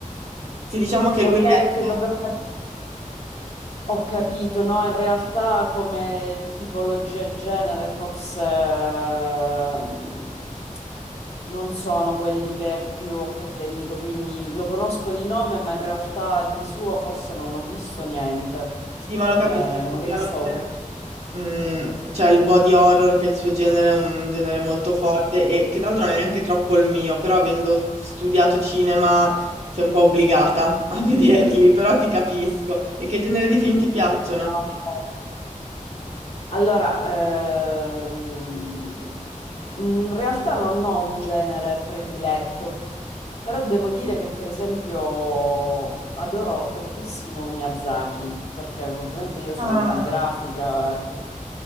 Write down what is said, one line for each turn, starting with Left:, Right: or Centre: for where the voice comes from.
Right: Sì, diciamo che
Left: ok,
Right: lui è...
Left: ok, vabbè, ho cap- ho capito, no, in realtà come tipologia e genere forse ehm, non sono quelli che più ho preferito, quindi lo conosco di nome, ma in realtà di suo forse non ho visto niente.
Right: Sì, ma lo
Left: Eh,
Right: capisco effettivamente.
Left: magari stavo
Right: Mm, cioè il body horror, che è il suo genere è un genere molto forte e che tra l'altro non è neanche troppo il mio, però avendo studiato cinema sei un po' obbligata a <laughs> vederli, però ti capisco. E che genere di film ti piacciono?
Left: confuso. Allora, ehm, in realtà non ho un genere prediletto, però devo dire che per esempio adoro tantissimo Miyazaki, perché ovviamente io sono
Right: Ah,
Left: una grafica, ecco,